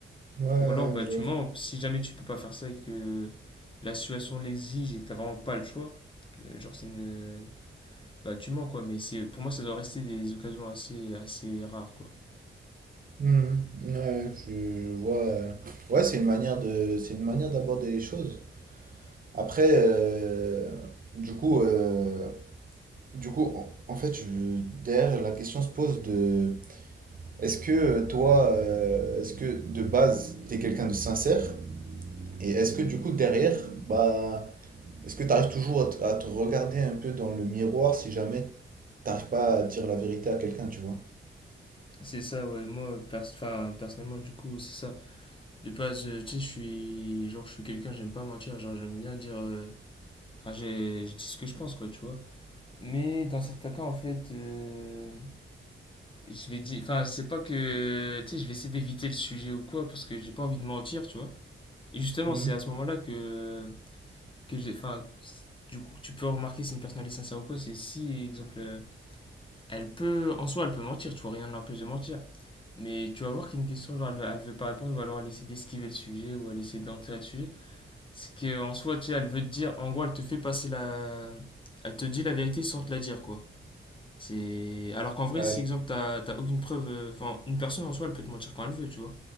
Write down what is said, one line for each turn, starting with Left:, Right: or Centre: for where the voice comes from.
Right: Ouais,
Left: Ou alors, bah,
Right: je
Left: tu
Right: vois.
Left: mens. Si jamais tu peux pas faire ça et que la situation l'exige et que t'as vraiment pas le choix, euh, genre, c'est une. Bah, tu mens, quoi. Mais c'est pour moi, ça doit rester des occasions assez, assez rares, quoi.
Right: Mhm. ouais, je, je vois. euh, Ouais, c'est une manière de, c'est une manière d'aborder les choses. Après, euh, du coup, euh, du coup, en, en fait, je- derrière, la question se pose de est-ce que euh, toi, euh, est-ce que de base, t'es quelqu'un de sincère? Et est-ce que du coup, derrière, bah, est-ce que t'arrives toujours à, te- à te regarder un peu dans le miroir si jamais t'arrives pas à dire la vérité à quelqu'un, tu vois?
Left: C'est ça, ouais. Moi, pers- enfin, personnellement, du coup, c'est ça. De base, euh, tu sais, je suis. Genre, je suis quelqu'un, j'aime pas mentir. Genre, j'aime bien dire. euh, Enfin, j'ai- je dis ce que je pense, quoi, tu vois. Mais dans certains cas, en fait. euh, Je vais dire, enfin, c'est pas que, tu sais, je vais essayer d'éviter le sujet ou quoi, parce que j'ai pas envie de mentir, tu vois. Et justement,
Right: Mhm.
Left: c'est à ce moment-là que, que j'ai. Enfin, du coup, que tu peux remarquer si une personne elle est sincère ou quoi. C'est si, exemple, euh, elle peut. En soi, elle peut mentir, tu vois, rien ne l'empêche de mentir. Mais tu vas voir qu'il y a une question, genre, elle, elle veut pas répondre, ou alors elle essaie d'esquiver le sujet, ou elle essaie d'enterrer le sujet. C'est qu'en soi, tu sais, elle veut te dire. En gros, elle te fait passer la. Elle te dit la vérité sans te la dire, quoi. C'est... Alors qu'en vrai,
Right: Ouais.
Left: si, exemple, t'as, t'as aucune preuve. euh, Enfin, une personne en soi, elle peut te mentir quand elle veut, tu vois.